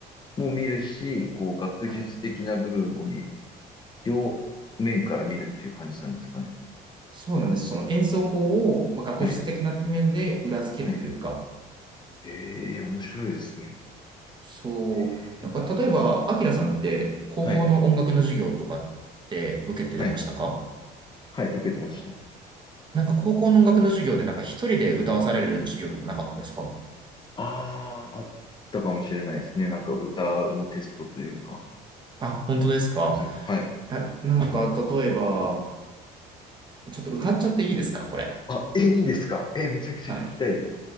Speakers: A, on the left; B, on the right.
A: も見るし、こう、学術的な部分も見
B: はい。
A: 両面から見るっていう感じなんですかね。
B: そうなんです。その演奏法を、まあ、学術的な面で裏付けるというか、
A: はい。はい。ええ、面白いですね。
B: そう。
A: ええ。
B: なんか例えば、アキラさんって高校の音楽の授業とかって受けてましたか
A: はい。はい。はい、受けてました。
B: なんか高校の音楽の授業でなんか一人で歌わされる授業とかなかったですか
A: ああ、あったかもしれないですね。なんか歌のテストというか。
B: あ、本当ですか
A: うん。はい。
B: あ、なんか、例えば、ちょっと歌っちゃっていいですかこれ。
A: あ、え、いいんですかえ、めちゃくちゃ聞きたいです。
B: はい。